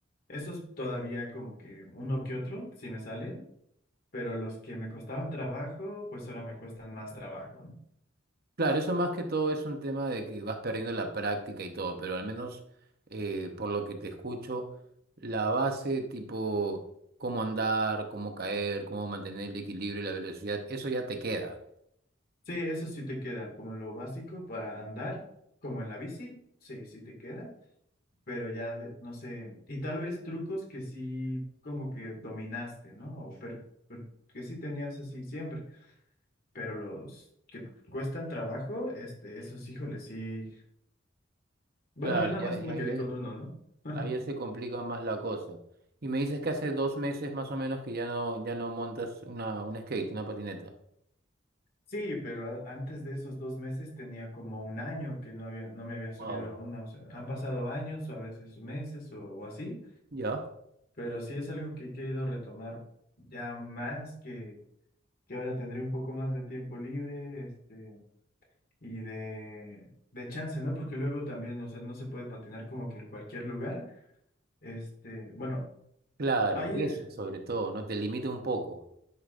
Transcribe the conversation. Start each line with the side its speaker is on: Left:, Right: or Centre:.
Left: esos todavía como que uno que otro, sí me salen, pero los que me costaban trabajo, pues ahora me cuestan más trabajo, ¿no?
Right: Claro, eso más que todo es un tema de que vas perdiendo la práctica y todo, pero al menos eh, por lo que te escucho, la base tipo cómo andar, cómo caer, cómo mantener el equilibrio y la velocidad, eso ya te queda.
Left: Sí, eso sí te queda, como lo básico para andar, como en la bici, sí, sí te queda, pero ya de- no sé, y tal vez trucos que sí como que dominaste, ¿no? O per- per- que sí tenías así siempre, pero los que cuestan trabajo, este, esos híjoles, sí. Bueno,
Right: Claro,
Left: yo nada
Right: y
Left: más
Right: ahí,
Left: me
Right: ahí
Left: quedé
Right: ya
Left: con uno, ¿no? <laughs>
Right: ahí ya se complica más la cosa. Y me dices que hace dos meses más o menos que ya no, ya no montas una, un skate, una patineta.
Left: Sí, pero a- antes de esos dos meses tenía como un año que no había, no me había subido
Right: Wow.
Left: a uno, o sea, han pasado años o a veces meses o o así.
Right: ¿Ya?
Left: Pero sí es algo que he querido retomar ya más que, que ahora tendré un poco más de tiempo libre, este, y de, de chance, ¿no? Porque luego también, o sea, no se puede patinar como que en cualquier lugar. Este, bueno,
Right: Claro,
Left: hay,
Right: y
Left: eh,
Right: eso sobre todo, ¿no? Te limita un poco.